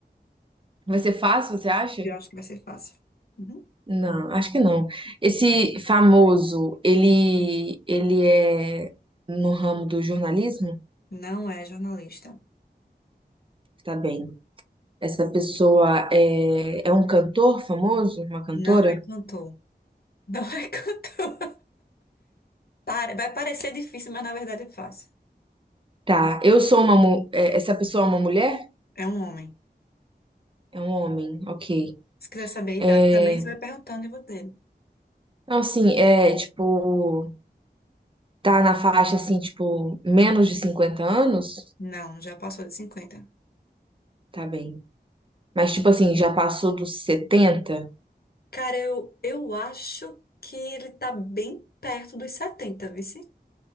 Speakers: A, on the right; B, on the left.
A: vai ser fácil, você acha?
B: Eu acho que vai ser fácil. Uhum,
A: Não, acho que não. Esse
B: vai.
A: famoso, ele, ele é no ramo do jornalismo?
B: Não é jornalista.
A: Tá bem. Essa pessoa é, é um cantor famoso? Uma cantora?
B: Não é cantor. Não é <laughs> cantor. Pare- Vai parecer difícil, mas na verdade é fácil.
A: Tá. Eu sou uma. mu- é, Essa pessoa é uma mulher?
B: É um homem.
A: É um homem, ok.
B: Se quiser saber a idade
A: É,
B: também, você vai perguntando e vou dele.
A: não, assim, é tipo. Tá na faixa, assim, tipo, menos de 50 anos?
B: Não, já passou de 50.
A: Tá bem. Mas, tipo assim, já passou dos setenta
B: Cara, eu, eu acho que ele tá bem perto dos 70, viu? sim?